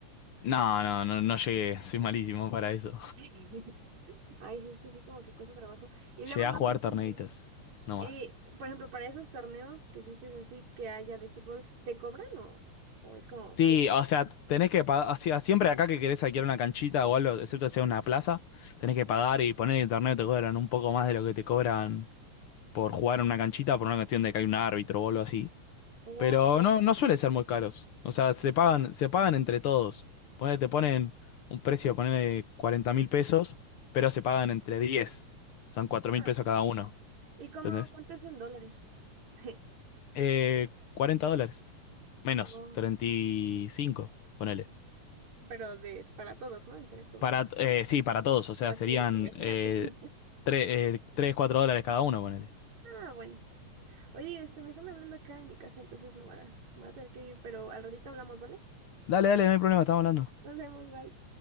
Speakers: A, on the left; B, on the right.
A: No, no, no, no llegué, soy malísimo para eso.
B: <laughs> Ay, sí, es que sí, como que cuesta trabajo.
A: <laughs>
B: Y luego
A: Llegué
B: no
A: a jugar
B: sé si,
A: torneitos, no
B: eh,
A: más.
B: por ejemplo, para esos torneos que dices así que haya de fútbol, ¿te cobran o, o es como
A: Sí,
B: público?
A: o sea, tenés que pagar, siempre acá que querés alquilar una canchita o algo, excepto sea una plaza, tenés que pagar y poner en el torneo te cobran un poco más de lo que te cobran por jugar en una canchita por una cuestión de que hay un árbitro o algo así.
B: Oh,
A: Pero no, no suele ser muy caros. O sea, se pagan, se pagan entre todos. Ponele, te ponen un precio, ponele cuarenta mil pesos, pero se pagan entre diez Son cuatro mil
B: ah,
A: pesos cada uno,
B: ¿y cómo
A: ¿entendés?
B: cuánto es en dólares? <laughs>
A: Eh, 40 dólares. Menos,
B: Oh,
A: 35 ponele.
B: pero de para todos, ¿no? Entre todos.
A: Para, eh, sí, para todos. O sea,
B: Así
A: serían
B: yo dije, imagínate.
A: eh,
B: <laughs>
A: tres eh, tres, cuatro dólares cada uno, ponele.
B: Ah, bueno. Oye, este, me están hablando acá en mi casa, entonces me voy a, me voy a tener que ir, pero al ratito hablamos, ¿vale?
A: Dale, dale, no hay problema, estamos hablando.
B: Nos vemos, bye.